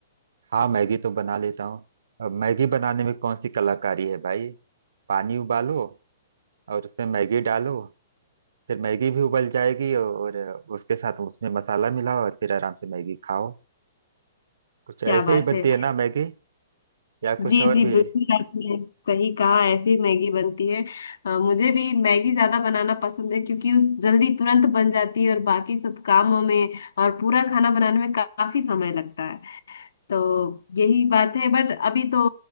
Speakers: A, on the right (about 80°); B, on the left (about 85°).
A: हाँ मैगी तो बना लेता हूँ अब मैगी बनाने में कौन सी कलाकारी है भाई पानी उबालो और उसमें मैगी डालो फिर मैगी भी उबल जाएगी और उसके साथ उसमें मसाला मिलाओ और फिर आराम से मैगी खाओ कुछ
B: क्या
A: ऐसे
B: बात
A: ही बनती
B: है
A: है ना मैगी या कुछ
B: जी
A: और
B: जी
A: भी
B: बिल्कुल आपने सही कहा ऐसी मैगी बनती है अ, मुझे भी मैगी ज्यादा बनाना पसंद है क्योंकि उस जल्दी तुरंत बन जाती है और बाकी सब कामों में और पूरा खाना बनाने में काफी समय लगता है तो यही बात है बट अभी तो